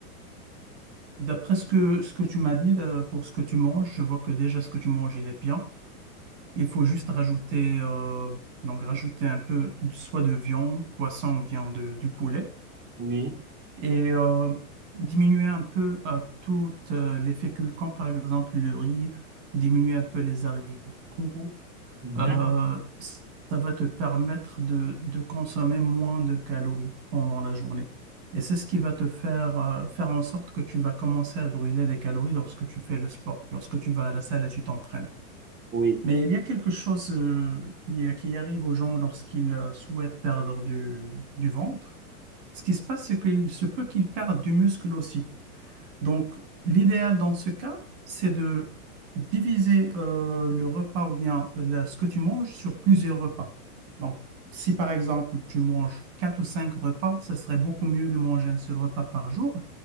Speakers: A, on the right (about 50°); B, on the right (about 25°).
A: d'après ce que, ce que tu m'as dit, euh, pour ce que tu manges, je vois que déjà ce que tu manges, il est bien. Il faut juste rajouter, euh, donc rajouter un peu soit de viande, poisson ou bien de, du poulet.
B: oui,
A: et euh, diminuer un peu euh, toutes euh, les féculents, par exemple le riz, diminuer un peu les haricots,
B: mhm,
A: euh, s- ça va te permettre de, de consommer moins de calories pendant la journée. Et c'est ce qui va te faire euh, faire en sorte que tu vas commencer à brûler des calories lorsque tu fais le sport, lorsque tu vas à la salle et tu t'entraînes.
B: oui,
A: Mais il y a quelque chose euh, qui, qui arrive aux gens lorsqu'ils euh, souhaitent perdre du, du ventre. Ce qui se passe, c'est qu'il se peut qu'il perde du muscle aussi. Donc, l'idéal dans ce cas, c'est de diviser euh, le repas ou bien la- ce que tu manges sur plusieurs repas. Donc, si par exemple tu manges quatre ou cinq repas, ce serait beaucoup mieux de manger un seul repas par jour.